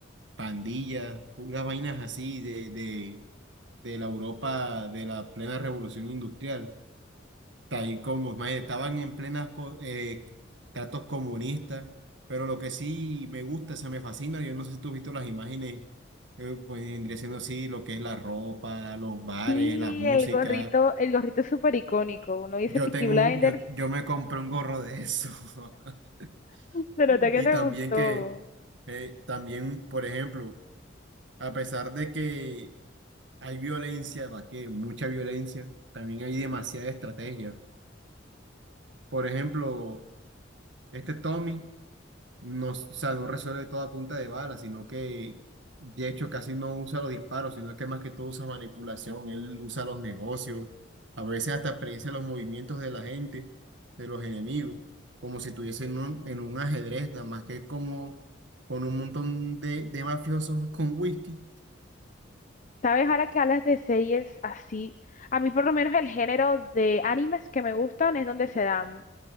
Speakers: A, on the right (about 70°); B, on the left (about 40°).
A: pandillas, puras vainas así de, de, de la Europa de la plena revolución industrial. Tal como mae, estaban en plenas co- eh, tratos comunistas, pero lo que sí me gusta, o sea, me fascina, yo no sé si tú has visto las imágenes, eh, pues vendría siendo así lo que es la ropa, los bares,
B: Sí,
A: las músicas.
B: el gorrito, el gorrito es súper icónico. Uno dice
A: Yo
B: Peaky
A: tengo
B: Blinders,
A: un, yo, yo me compré un gorro de eso. <laughs>
B: <laughs> se nota
A: Y
B: que te
A: también
B: gustó.
A: que, eh, también, por ejemplo, a pesar de que Hay violencia, Raquel, mucha violencia. También hay demasiada estrategia. Por ejemplo, este Tommy no, o sea, no resuelve toda punta de bala, sino que de hecho casi no usa los disparos, sino que más que todo usa manipulación. Él usa los negocios, a veces hasta predice los movimientos de la gente, de los enemigos, como si estuviese en un, en un ajedrez, nada más que como con un montón de, de mafiosos con whisky.
B: ¿Sabes? Ahora que hablas de series así, a mí por lo menos el género de animes que me gustan es donde se dan.